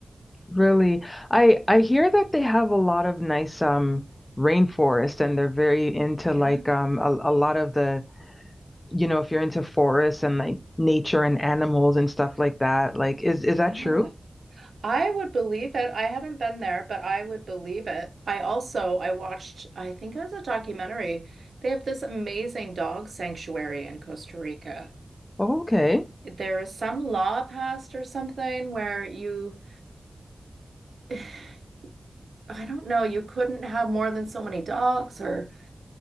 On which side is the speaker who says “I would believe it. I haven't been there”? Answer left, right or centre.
Right